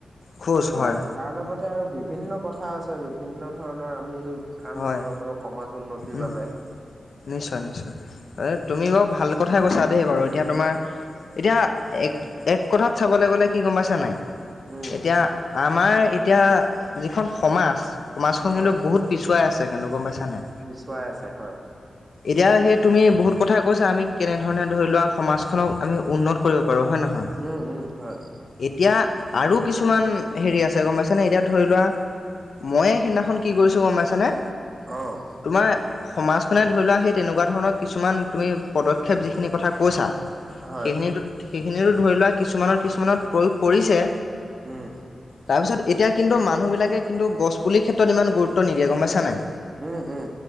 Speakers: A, on the left (about 65°); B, on the right (about 35°).
A: খোজ হয়
B: এ তাৰ লগত ততে আৰু বিভিন্ন কথা আছে। বিভিন্ন ধৰণৰ আমি কাম
A: হয়
B: কৰিব পাৰো সমাজ উন্নতিৰ
A: উম
B: বাবে।
A: নিশ্চয় নিশ্চয়। তুমি ব ভাল কথাাই কৈছা দেই বাৰু, এতিয়া তোমাৰ এতিয়া এক এক কথাত চাবলৈ গ'লে কি গম পাইছা নাই।
B: উম।
A: এতিয়া আমাৰ এতিয়া যিখন সমাজ, সমাজখন
B: হয়
A: কিন্তু বহুত পিছুৱাই আছে কিন্তু গম পাইছা নাই।
B: পিছুৱাই আছে হয়।
A: এতিয়া সেই তুমি বহুত কথা কৈছা। আমি কেনেধৰণে ধৰি লোৱা সমাজখনক আমি উন্নত কৰিব পাৰোঁ হয়ঁ নহয়।
B: উমঁ উমঁ হয়।
A: এতিয়া আৰু কিছুমান হেৰি আছে গম পাইছে নে এতিয়া ধৰি লোৱা মই সেইদিনাখন কি কৰিছো গম পাইছানে?
B: অঁ!
A: তোমাৰ সমাজখনে ধৰি লোৱা সেই তেনেকুৱা ধৰণৰ কিছুমান তুমি পদক্ষেপ যিখিনি কথা কৈছা। সেইখিন
B: হয়।
A: সেইখিনিতো ধৰি লোৱা কিছুমানৰ কিছুমানত প্ৰয়োগ কৰিছে।
B: উমঁ!
A: তাৰপিছত এতিয়া কিন্তু মানুহ বিলাকে কিন্তু গছ পুলিৰ ক্ষেত্ৰত ইমান গুৰুত্ব নিদিয়ে গম পাইছানই।
B: উমঁ উমঁ!